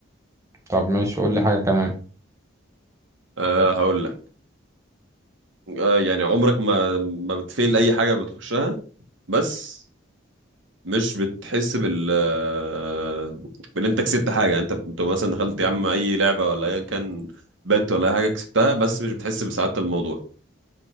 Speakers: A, on the right (about 15°); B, on the right (about 80°).
A: طب ماشي قول لي حاجة كمان
B: أه هقول لك آه يعني عمرك ما ما بتفيل اي حاجه بتخشها بس مش بتحس بال آه، بان انت كسبت حاجه يعني انت بتبقى مثلا دخلت يا عم اي لعبه ولا ايا كان بات ولا اي حاجه كسبتها بس مش بتحس بسعاده الموضوع